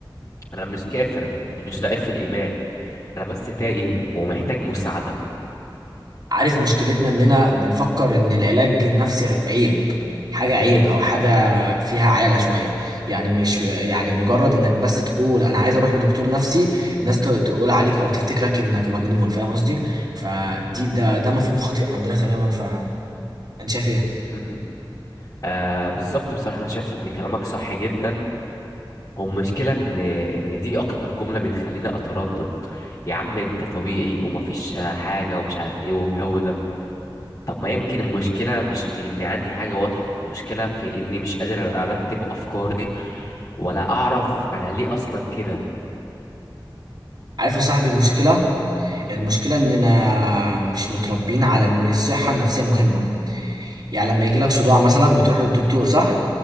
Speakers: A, on the left (about 40°); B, on the right (about 55°).
A: انا مش كافر ومش ضعيف في الايمان انا بس تايه ومحتاج مساعدة
B: عارف مشكلتنا اننا بنفكر ان العلاج النفسي عيب حاجة عيب او حاجة فيها عالة شوية يعني مش يعني مجرد انك بس تقول انا عايز اروح لدكتور نفسي الناس ت- تقول عليك او تفتكرك انك مجنون فاهم قصدي فدي ده ده مفهوم خاطئ عندنا تماما فانت شايف ايه
A: مم. آه بالظبط بصراحة انا شايف ان كلامك صح جدا هو المشكلة إن إن دي أكتر جملة بتخليني أتردد يا عم أنت طبيعي ومفيش حاجة ومش عارف إيه والجو ده طب ما يمكن المشكلة مش في إني عندي حاجة واضحة المشكلة في إني مش قادر أرتب أفكاري ولا أعرف أنا ليه أصلا كده
B: عارف يا صاحبي المشكلة المشكلة اننا مش متربيين على ان الصحة النفسية مهمة يعني لما يجيلك صداع مثلا بتروح للدكتور صح